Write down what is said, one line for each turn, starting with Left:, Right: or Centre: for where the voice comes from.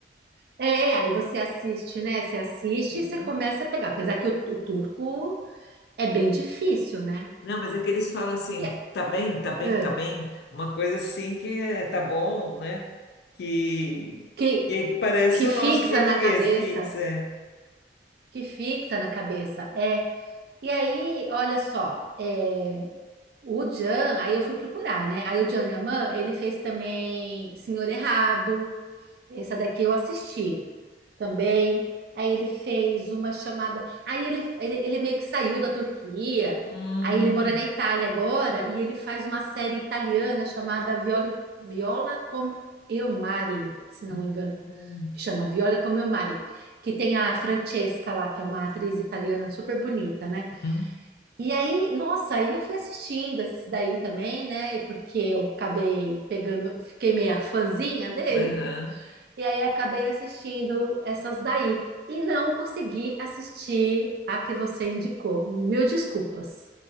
Right: é, aí você assiste, né? Você assiste
Left: Uhum.
Right: e você começa a pegar, apesar que o, o turco é bem difícil, né?
Left: Não, mas é que eles falam assim,
Right: E
Left: tá bem, tá bem,
Right: é-
Left: tá bem, uma coisa assim que é, tá bom, né? Que,
Right: que,
Left: que parece
Right: que
Left: o
Right: fixa
Left: nosso português
Right: na cabeça,
Left: fixo, é.
Right: que fixa na cabeça, é. E aí, olha só, é, o Jan, aí eu fui procurar, né? Aí o Jan Yaman, ele fez também Senhor Errado, essa daqui eu assisti também. Aí ele fez uma chamada. Aí ele, ele, ele meio que saiu da Turquia.
Left: Hum,
Right: Aí ele mora na Itália agora e ele faz uma série italiana chamada Viola, Viola com Eu Mari, se não
Left: hum,
Right: me engano,
Left: hum,
Right: que chama Viola com Eu Mari, que tem a Francesca lá, que é uma atriz italiana super bonita, né?
Left: hum,
Right: E aí, nossa, aí eu fui assistindo esse daí também, né? Porque eu acabei pegando, fiquei meio a fãzinha dele.
Left: aham.
Right: E aí acabei assistindo essas daí. E não consegui assistir a que você indicou. Mil desculpas.